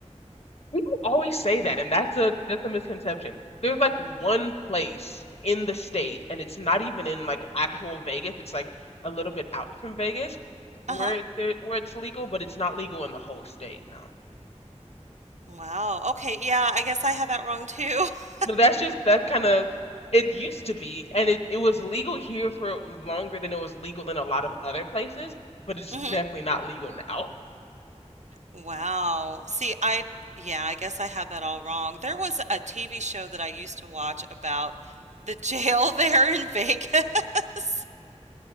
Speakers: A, on the left; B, on the right.
A: People always say that, and that's a that's a misconception. There's like one place in the state, and it's not even in like actual Vegas. It's like a little bit out from Vegas, where
B: Uh-huh.
A: it, there- where it's legal, but it's not legal in the whole state. No.
B: Wow. Okay, yeah, I guess I had that wrong too. <laughs>
A: No, that's just that kind of it used to be, and it, it was legal here for longer than it was legal in a lot of other places, but it's
B: Mhm.
A: definitely not legal now.
B: Wow. See, I yeah, I guess I had that all wrong. There was a TV show that I used to watch about the <laughs> jail there in Vegas. <laughs>